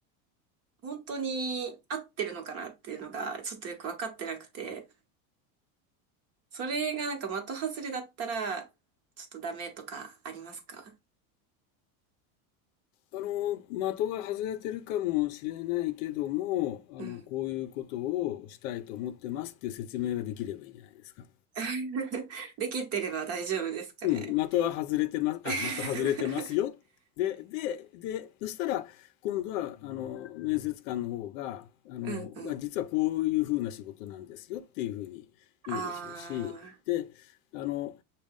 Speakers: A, on the right (about 35°); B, on the left (about 65°).
A: 本当に合ってるのかなっていうのがちょっとよくわかってなくて、それがなんか的外れだったらちょっとダメとかありますか
B: あの、的が外れてるかもしれないけども、あの、
A: うん。
B: こういうことをしたいと思ってますっていう説明ができればいいんじゃないですか。
A: <laughs> できてれば大丈夫ですかね。
B: うん、的は外れてます、
A: <laughs>
B: あ、的外れてますよ。で、で、で、そしたら、今度は、あの、面接官の方が、あの、
A: うんうん。
B: が実はこういうふうな仕事なんですよっていうふうに言うでしょうし、
A: ああ、
B: で、あの、